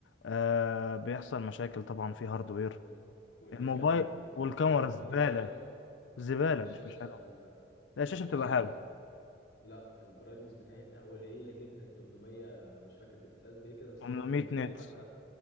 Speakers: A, on the left (about 80°); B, on the left (about 65°).
A: آه بيحصل مشاكل طبعا في هاردوير
B: وال... والكاميرا
A: الموبايل
B: يعني الك...
A: والكاميرا
B: والكاميرا
A: زبالة
B: مش حلوة
A: زبالة
B: والشاشة
A: مش مش حلوة
B: والشاشة
A: لا الشاشة بتبقى حلوة
B: لا البرايتنس بتاعتها قليلة جدا 800 مش فاكر بتتقاس بإيه كده بس
A: 800
B: هي 800
A: نت
B: وحتى